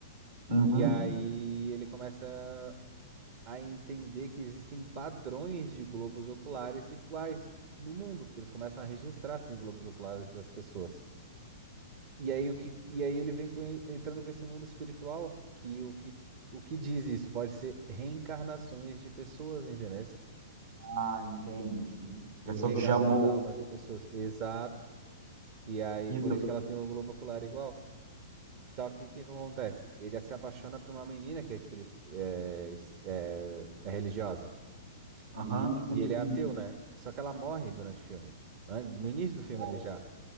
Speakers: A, on the right; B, on the right.
A: uhum.
B: E aí ele começa a entender que existem padrões de globos oculares iguais no mundo, porque eles começam a registrar assim globos oculares das pessoas. E aí o que e aí ele vem com- entrando com esse mundo espiritual, que o que o que diz isso pode ser reencarnações de pessoas, entendeu?
A: Ah, entendi. Pessoa
B: Em reencarnações
A: que já morreu,
B: da almas de pessoas. Exato. E aí,
A: que
B: por
A: doido.
B: isso que elas têm o globo ocular igual. Só que o que que acontece? Ele se apaixona por uma menina que é, espiri- é, es- é- é religiosa.
A: Aham,
B: E,
A: tipo
B: e
A: espírito.
B: ele é ateu, né? Só que ela morre durante o filme. Né? No início do
A: Igual,
B: filme ele já.